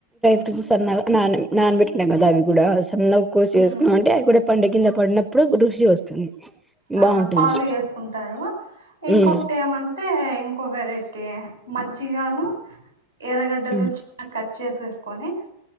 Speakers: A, in the centre; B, on the right.
A: నానబెట్టినవి కదా అది కూడా చిన్న కోసి
B: ఉమ్
A: వేసుకున్నా అంటే అవి కూడా పండు కింద పడినప్పుడు రుషి వస్తుంది
B: ఆ
A: బాగుంటుంది
B: పాలు వేసుకుంటారు ఇంకొకటి
A: ఉమ్
B: ఏమంటే ఇం ఇంకో వెరైటీ మజ్జిగాను ఎరగడ్డలు
A: ఉమ్
B: చ చేసేసుకొని